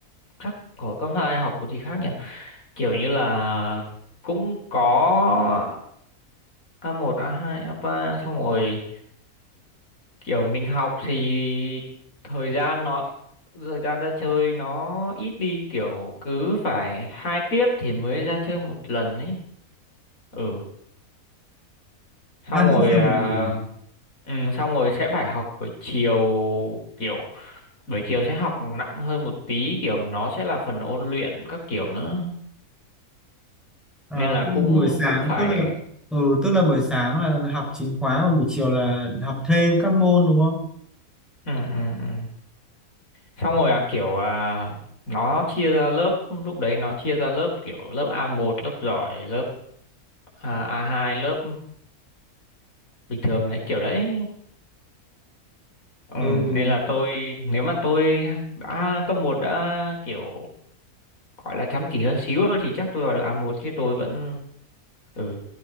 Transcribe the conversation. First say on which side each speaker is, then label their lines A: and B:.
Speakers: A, on the left; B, in the centre.
A: chắc hồi cấp 2 học có gì khác nhỉ? Kiểu như là cũng có a một a hai a ba xong rồi kiểu mình học thì thời gian nó thời gian ra chơi nó ít đi kiểu cứ phải hai tiết thì mới ra chơi một lần ấy. Ừ. xong
B: hai
A: rồi
B: tiết sau
A: à,
B: một buổi
A: ừ, xong rồi sẽ phải học buổi chiều kiểu buổi chiều sẽ học nặng hơn một tí kiểu nó sẽ là phần ôn luyện các kiểu nữa
B: à,
A: nên là
B: tức là
A: cũng
B: buổi sáng
A: cũng phải
B: tức là ừ tức là buổi sáng là học chính khóa và buổi chiều là học thêm các môn đúng không
A: ừ, ừ, ừ. xong rồi là kiểu à, nó chia ra lớp lúc đấy nó chia ra lớp kiểu lớp a một lớp giỏi lớp à, a hai lớp bình thường đấy kiểu đấy ừ,
B: ừ
A: nên là tôi nếu mà tôi đã cấp một đã kiểu gọi là chăm chỉ hơn xíu thôi thì chắc tôi vào được a một chứ tôi vẫn ừ